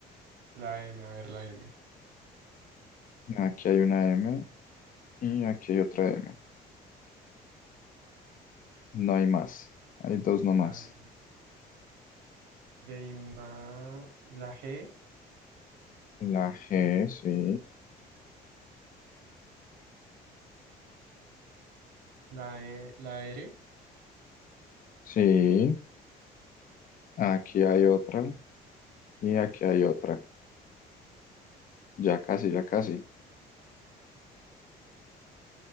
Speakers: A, on the right; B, on the left.
A: la M, a ver, la M.
B: Aquí hay una M. Y aquí hay otra M. No hay más. Hay dos nomás.
A: La M, de ima- la G,
B: La G, sí.
A: la E, la R,
B: Sí. Aquí hay otra. Y aquí hay otra. Ya casi, ya casi.